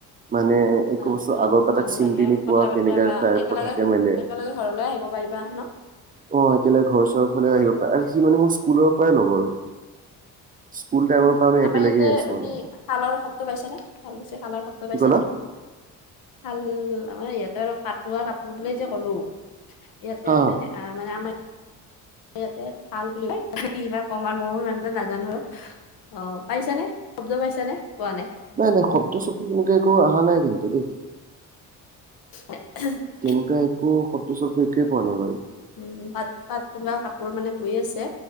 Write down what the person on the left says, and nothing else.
সেইটো
ভালো
লাগে
কথা
বতৰা
বা
একেলগে
একেলগে ঘৰলৈ আহিব পাৰিবা ন'?
আমাৰ
ইয়াতে
তুমি
শালৰ শব্দ পাইছানে খোল কৈছি শালৰ শব্দ
পাইছানে?
শাল মানে ইয়াতে আৰু পাতমুগা কাপোৰ বুলি যে ক'লো, ইয়াতে
মানে
আ, মানে আমি ইয়াতে শাল বুলি কয়, কিবা ক'ম আৰু মইও ইমান এটা নাজানো আৰু অ' পাইছানে, শব্দ পাইছানে, পোৱা নাই
<unintelligible>
উম, পাট পাটমুগা কাপোৰ মানে বৈ আছে